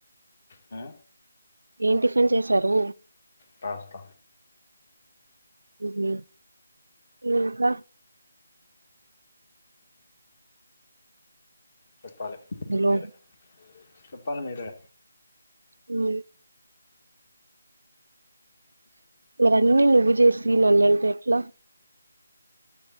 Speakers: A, on the left (about 45°); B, on the right (about 75°).
A: ఆ
B: ఏం టిఫిన్ చేసారు.
A: పాస్త
B: ఉహు ఇంకా
A: చెప్పాలి
B: హలో
A: మీరే. చెప్పలి మీరే
B: ఉమ్మ్ మీరన్నీ నువ్వు చేసిన <unintelligible> ఎట్లా